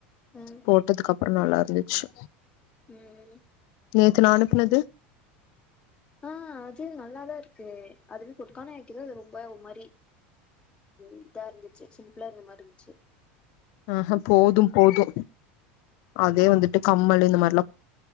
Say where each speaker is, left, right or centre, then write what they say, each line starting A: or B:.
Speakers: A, on the left; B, on the left.
A: ம்
B: போட்டதுக்கப்றொ நல்லாரு ந்துச்சு
A: ம்
B: நேத்து நா அனுப்புனது
A: ஆ அது நல்லாதாருக்கு அதுவே கொட்டுக்கான <unintelligible> ரொம்ப ஒர் மாரி இதா இருந்துச்சு சிம்பிளா இருந்த மாருன்ச்சு
B: ஆஹ போதும் போது அதே வந்துட்டு கம்மல் இந்த மார்